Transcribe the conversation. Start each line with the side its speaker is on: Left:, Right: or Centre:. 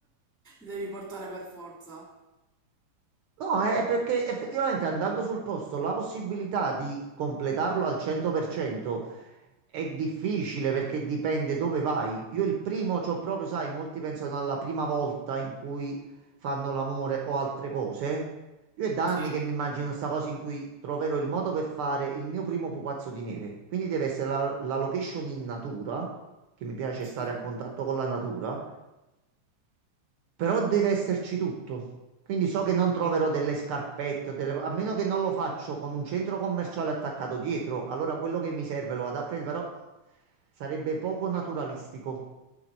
Centre: devi portare per forza.
Right: No, è perché effettivamente andando sul posto la possibilità di completarlo al 100% è difficile perché dipende dove vai. Io il primo, c'ho proprio, sai, molti pensano alla prima volta in cui fanno l'amore o altre cose. Io è da
Centre: Sì,
Right: anni che mi immagino sta cosa in cui troverò il modo per fare il mio primo pupazzo di neve. Quindi deve essere la la location in natura, che mi piace
Centre: sì.
Right: stare a contatto con la natura. Però deve esserci tutto. Quindi so che non troverò delle scarpette o delle... co- A meno che non lo faccio con un centro commerciale attaccato dietro, allora quello che mi serve lo vado a prendere, però sarebbe poco naturalistico.